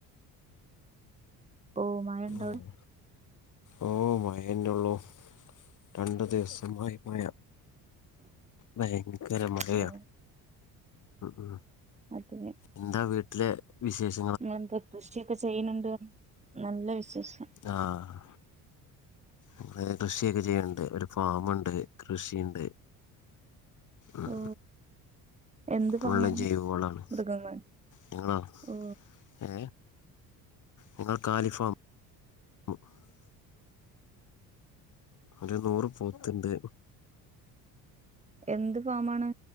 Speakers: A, on the right; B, on the left.
A: ഓ മഴണ്ടോ
B: ഉം.
A: അവിടെ
B: ഓ മഴേനൊള്ളു രണ്ടു ദിവസമായി മഴ ഭയങ്കര മഴയ
A: ഓ
B: ഉ ഉ
A: <unintelligible>
B: എന്താ വീട്ടിലെ വിശേഷ
A: ഇങ്ങളെന്താ കൃഷിയൊക്കെ ചെയ്യുന്നുണ്ട് പറഞ് നല്ല വിശേഷം
B: ആഹ് അഹ് കൃഷിയൊക്കെ ചെയ്യണ്ട് ഒരു ഫാമുണ്ട് കൃഷിയുണ്ട് ഉം
A: ഓ എന്ത്
B: ഫുള്ള്
A: ഫാമാണ്
B: ജൈവ വളാണ്
A: മൃഗങ്ങൾ
B: ഞങ്ങളാ
A: ഓ
B: ഏഹ് നിങ്ങളെ കാലിഫാം <unintelligible> ഒരു നൂറ് പോത്ത്ണ്ട്
A: എന്ത് ഫാമാണ്